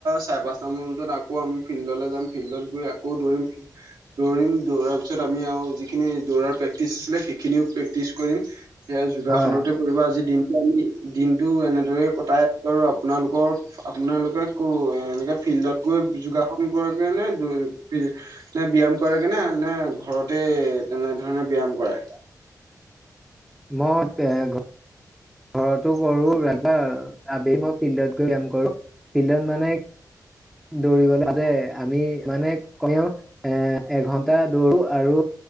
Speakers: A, on the right (about 85°); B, in the centre.
A: চাৰে পাঁচটা মান বজাত আকৌ আমি ফিল্ডলৈ যাম, ফিল্ডত গৈ আকৌ দৌৰিম, দৌৰিম দৌৰাৰ পিছত আমি আৰু যিখিনি দৌৰাৰ প্ৰেক্টিচ আছিলে সেইখিনিও প্ৰেক্টিচ কৰিম। যোগাসনতে
B: হয়,
A: কৰিবা আজি দিন দিনটো এনেদৰই ক তাই আৰু আপোনালোকৰ আপোনালোকে ক এ এনেকে ফিল্ডত গৈ যোগাসন কৰে গে নে, ফিল নে ব্যায়াম কৰে গে নে? নে ঘৰতে তেনেধৰণে ব্যায়াম কৰে?
B: ম‌ই বে ঘ ঘৰতো কৰোঁ ৰাধা আবে মই ফিল্ডত গৈ ব্যায়াম কৰোঁ, ফিল্ডত মানে। দৌৰিবলৈ যতে আমি মানে কমেও এ এঘন্টা দৌৰো আৰু